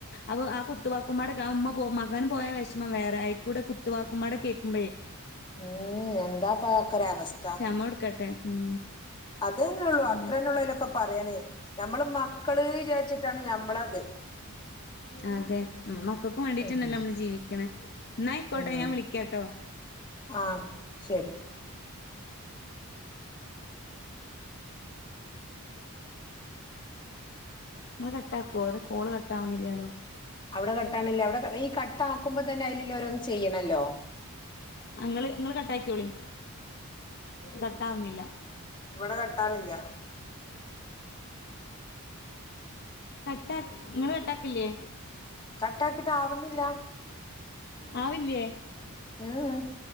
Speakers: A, on the left; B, on the left.
A: അപ്പൊ ആഹ് കുത്തുവാക്കുമാടെ ആഹ് ഉമ്മ പോ മകന് പോയ വെഷ്മം വേറെ അയ്ക്കുടെ കുത്തുവാക്കുമ്മാടെ കേക്കുമ്പഴെ ഉ
B: ഉം എന്താപ്പൊ അതൊക്കരവസ്ഥ
A: നോട്കട്ടെ ഉം
B: അത് തന്നെ ഒള്ളു
A: അങ്ങനെ
B: അത്രന്നൊള്ളു അയിലൊക്ക പറയാനെ ഞമ്മള് മക്കള് വിചാരിച്ചിട്ടാണ് ഞമ്മളത്
A: അതെ ഉം മക്കക്കു വേണ്ടീട്ടന്നല്ലെ
B: ഉം
A: നമ്മള് ജീവിക്ക്ണെ ഇന്ന അയ്ക്കോട്ടെ
B: ഉം
A: ഞാൻ വിളിക്കാട്ടൊ
B: ആഹ് ശരി
A: ഇങ്ങൾ കട്ടാക്കോ അതൊ കോൾ കട്ടാവുന്നില്ല്യാലൊ
B: അവ്ടെ കട്ടാണില്ല അവ്ടെ ഈ കട്ടാക്കുമ്പൊ തന്നെ അയിലല്ല ഓരോന്നും ചെയ്യ്ണല്ലൊ
A: ഇങ്ങള് ഇങ്ങള് കട്ടാക്ക്യോളിം കട്ടാവുന്നില്ല
B: ഇവ്ടെ കട്ടാനില്ല
A: കട്ടാ ഇങ്ങള് കട്ടാക്കില്ലേ
B: കട്ടാക്കീട്ട് ആവുന്നില്ല
A: ആവില്ലേ
B: ഉം ഉം